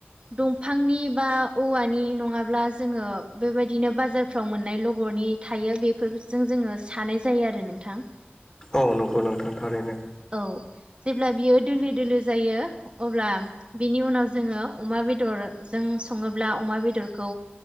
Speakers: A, on the right; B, on the left.
A: दंफांनि बा औवानि नङाब्ला जोङो बेबायदिनो बाजारफ्राव मोननाय लबरनि थायो बेफोरजों जोङो सानाय जायो आरो नोंथां।
B: औ नंगौ नोंथां थारैनो।
A: औ जेब्ला बियो दोलो दोलो जायो अब्ला बिनि उनाव जोङो अमा बेदरजों सङोब्ला अमा बेदरखौ